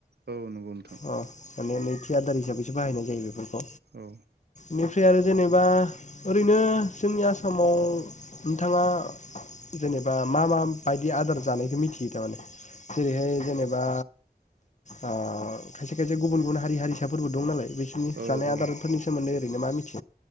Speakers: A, on the right; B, on the left.
A: औ नंगौ नोंथां
B: अ माने नै आदार हिसाबैसो बाहायनाय जायो बेफोरखौ
A: औ
B: बेनिफ्राय आरो जेनेबा ओरैनो जोंनि आस समाव नोंथाङा जेनेबा मा मा बायदि आदार जानाय मोथियो दा माने जेरैहाय जेनेबा ओ खायसे खायसे गुबुन गुबुन हारि हारिसाफोरबो दं नालाय बिसोरनि
A: औ
B: जानाय
A: औ
B: आदारफोर सोमोन्दै ओरैनो मा मिथि